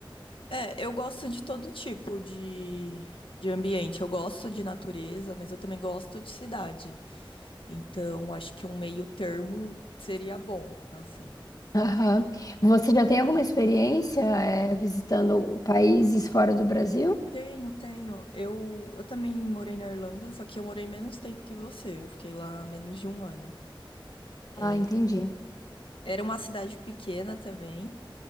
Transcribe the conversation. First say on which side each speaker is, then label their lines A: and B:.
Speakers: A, on the left; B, on the left.
A: É, eu gosto de todo tipo de, de ambiente. Eu gosto de natureza, mas eu também gosto de cidade. Então, acho que um meio termo seria bom, assim.
B: Aham.
A: E
B: Você já tem alguma experiência, é, visitando países fora do Brasil?
A: tenho, tenho. Eu, eu também morei na Irlanda, só que eu morei menos tempo que você. Eu fiquei lá menos de um ano.
B: Ah,
A: É,
B: entendi.
A: era uma cidade pequena também.